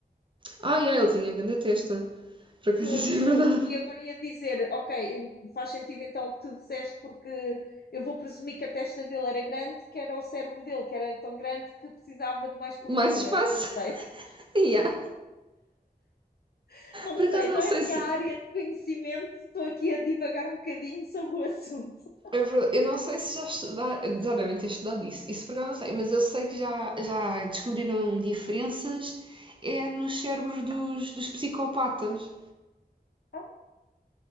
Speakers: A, on the right; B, on the left.
A: Ai, ai, ele tinha grande testa. Por acaso
B: Pronto,
A: isso é
B: eu,
A: verdade.
B: e agora ia dizer, ok, faz sentido então o que tu disseste, porque eu vou presumir que a testa dele era grande, que era o cérebro dele, que era tão grande que precisava de mais cobertura.
A: Mais espaço.
B: Não sei,
A: <laughs> yeah.
B: <laughs> não
A: Por
B: sei,
A: acaso não
B: não é
A: sei
B: a minha
A: se.
B: área de conhecimento, estou aqui a divagar um bocadinho sobre o assunto.
A: É verdade. Eu não sei se já estudar, já devem ter estudado isso. Isso por acaso não sei, mas eu sei que já, já descobriram diferenças é nos cérebros dos, dos psicopatas.
B: Ah,